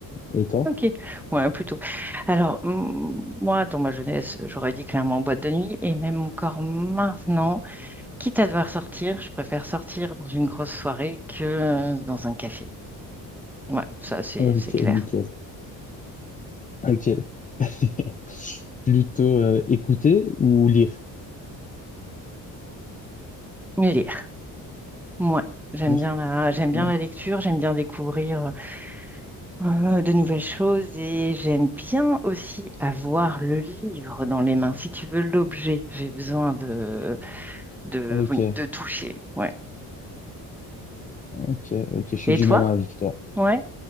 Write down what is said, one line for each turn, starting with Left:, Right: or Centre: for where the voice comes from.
Left: Et toi?
Centre: Ok, ouais, plutôt. Alors, hum, moi, dans ma jeunesse, j'aurais dit clairement boîte de nuit, et même encore maintenant, quitte à devoir sortir, je préfère sortir dans une grosse soirée que euh, dans un café. Ouais, ça, c'est
Left: Ok,
Centre: c'est clair.
Left: nickel. Ok. <laughs> Plutôt euh, écouter ou lire?
Centre: Mais lire, moi, j'aime
Left: Lire.
Centre: bien la, j'aime bien
Left: Ouais.
Centre: la lecture, j'aime bien découvrir euh, de nouvelles choses, et j'aime bien aussi avoir le livre dans les mains. Si tu veux l'objet, j'ai besoin de de,
Left: Ok,
Centre: oui, de toucher. Ouais.
Left: ok, ok. Je suis
Centre: Et
Left: du
Centre: toi?
Left: même avis que toi.
Centre: Ouais.